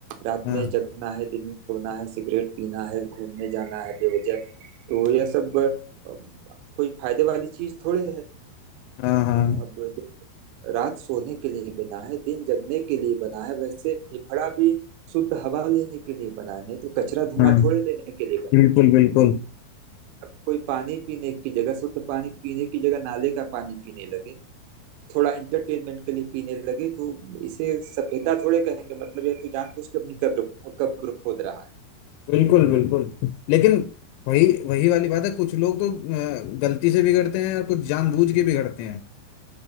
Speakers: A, on the right; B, on the left.
A: रात
B: हाँ
A: में जगना है दिन में सोना है सिगरेट पीना है घूमने जाना है बेवजह तो यह सब अ, कोई फायदे वाली चीज थोड़े है
B: हाँ हाँ
A: अब दे- रात सोने के लिए बना है दिन जगने के लिए बना है वैसे फेफड़ा भी शुद्ध हवा लेने के लिए बना है नहीं तो कचरा धुआं
B: हाँ
A: थोड़े लेने के लिए बना
B: बिल्कुल
A: है
B: बिल्कुल
A: अब कोई पानी पीने की जगह शुद्ध पानी पीने की जगह नाले का पानी पीने लगे थोड़ा एंटरटेनमेंट के लिए पीने लगे तो इसे सभ्यता थोड़े कहेंगे मतलब ये तो जानबूझ के अपनी कब्र कब्र खोद रहा है
B: बिल्कुल बिल्कुल लेकिन वही वही वाली बात है कुछ लोग तो अ, गलती से बिगड़ते हैं और कुछ जानबूझ के बिगड़ते हैं